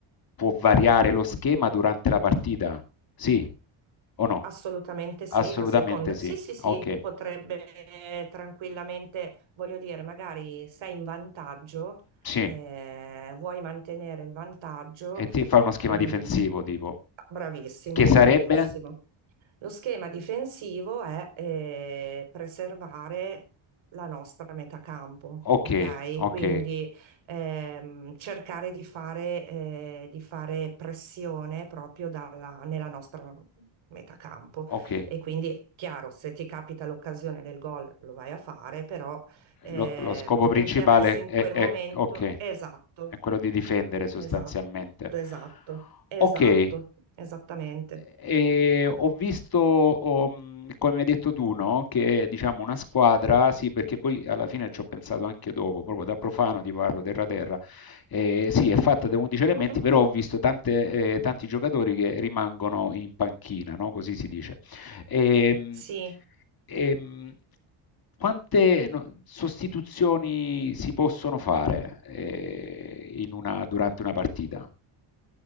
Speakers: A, on the left; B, on the right.
A: può variare lo schema durante la partita? Sì o no?
B: assolutamente sì,
A: Assolutamente
B: a seconda.
A: sì.
B: Sì, sì, sì,
A: Ok,
B: potrebbe eh, tranquillamente, voglio dire, magari sei in vantaggio,
A: sì.
B: eh, vuoi mantenere il vantaggio.
A: E ti fa uno schema
B: mm,
A: difensivo, tipo.
B: bravissimo,
A: Che sarebbe?
B: bravissimo. Lo schema difensivo è eh, preservare la nostra metà campo,
A: Okay,
B: ok?
A: okay,
B: Quindi ehm, cercare di fare, eh, di fare pressione proprio dalla- nella nostra metà campo.
A: okay.
B: E quindi, chiaro, se ti capita l'occasione del gol lo vai a fare, però ehm,
A: Lo lo scopo principale
B: l'interesse in
A: è
B: quel
A: è
B: momento,
A: okay,
B: esatto,
A: è quello di difendere sostanzialmente.
B: esatto, esatto, esatto,
A: Okay.
B: esattamente.
A: E ho visto, um, come hai detto tu, no? Che diciamo una squadra, sì, perché poi alla fine ci ho pensato anche dopo, proprio da profano ti parlo, terra-terra, eh, sì, è fatta da 11 elementi,
B: Mhm.
A: però ho visto tante, eh, tanti giocatori che rimangono in panchina, no? Così si dice. Ehm,
B: Sì.
A: ehm, quante no, sostituzioni si possono fare, eh, in una- durante una partita,